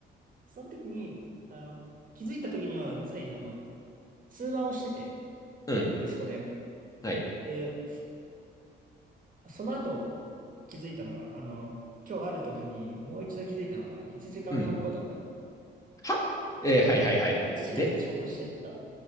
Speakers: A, on the right; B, on the left.
A: その時に、あの、気づいた時には常にあの、通話をしてて、
B: うん。
A: ディスコで。
B: はい。
A: で、その後気づいたのが、あの、今日あるってことにもう一度気づいたのが1時間半後だったんだよ。
B: うん。はえー、
A: つまり、
B: はいはいはい。
A: 1時間遅刻してった。
B: で、